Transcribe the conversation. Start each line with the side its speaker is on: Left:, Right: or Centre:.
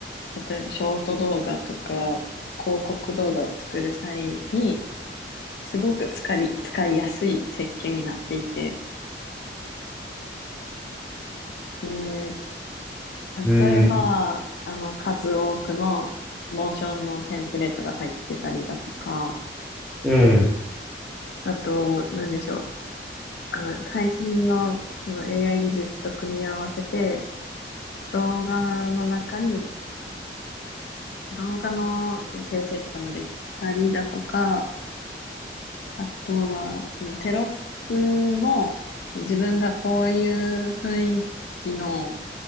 Left: 例えばショート動画とか、広告動画を作る際に、すごく使い、使いやすい設計になっていて、で、
Centre: うん。
Left: 例えば、あの、数多くのモーションのテンプレートが入ってたりだとか、
Centre: うん。
Left: あと、なんでしょう、あの、最新のその AI 技術と組み合わせて、動画の中に、動画のその生成とかもできたりだとか、あとは、そのテロップも、自分がこういう雰囲気の